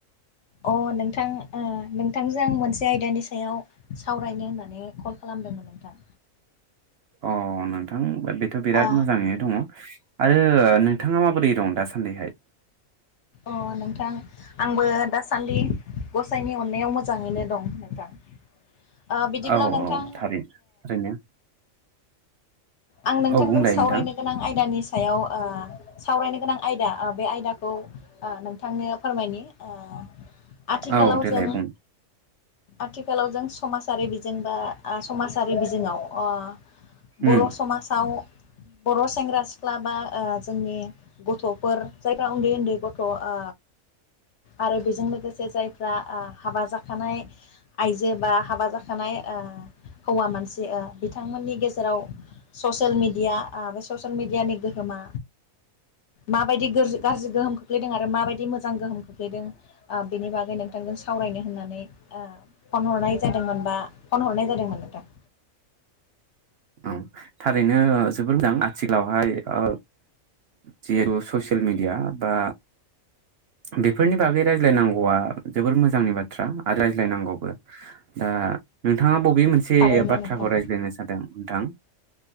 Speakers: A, on the left; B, on the right.
A: अ नोंथां ओ नोंथांजों आं मोनसे आयदानि सायाव सावरायनो होननानै कल खालामदोंमोन नोंथां।
B: अ नोंथां बेथ बिराद
A: ओ
B: मोजांङैनो दंङ। आरो नोंथांङा माबोरै दं दासान्दिहाय?
A: अ नोंथां आंबो दासान्दि गसाइनि अननायाव मोजांङैनो दं नोंथां। ओ बिदिब्ला
B: औ
A: नोंथां
B: औ थारै थारैनो
A: आं नोंथांजों
B: औ बुंलाय
A: सावरायनो
B: नोंथां
A: गोनां आयदानि सायाव ओ सावरायनो गोनां आयदा ओ बे आयदाखौ ओ नोंथांनो फोरमायनि ओ आथिखालाव
B: औ देलाय
A: जों
B: बुं
A: आथिखालाव जों समाजारि बिजों बा ओ समाजारि बिजोङाव आ बर'
B: उम
A: बर' सेंग्रा सिख्ला बा ओ जोंनि गथ'फोर जायफ्रा उन्दै उन्दै गथ' आ आरो बेजों लोगोसे जायफ्रा आ हाबा जाखानाय आइजो बा हाबा जाखानाय आ हौवा मानसि ओ बिथांमोननि गेजेराव ससियेल मिडिया आ बे ससियेल मिडियानि गोहोमा माबायदि गोरजि गाज्रि गोहोम खोख्लैदों आरो माबायदि मोजां गोहोम खोख्लैदों ओ बेनि बागै नोंथांजों सावरायनो होननानै ओ फन हरनाय जादोंमोन बा फन हरनाय जादोंमोन नोंथां।
B: औ थारैनो जोबोर मोजां आथिखालावहाय ओ जिहेथु ससियेल मिडिया बा बेफोरनि बागै रायज्लायनांगौआ जोबोर मोजांनि बाथ्रा आरो रायज्लायनांगौबो दा नोंथाङा ब बे मोनसे
A: थारैनो
B: बाथ्राखौ
A: नोंथां
B: रायज्लायनो सानदों थां?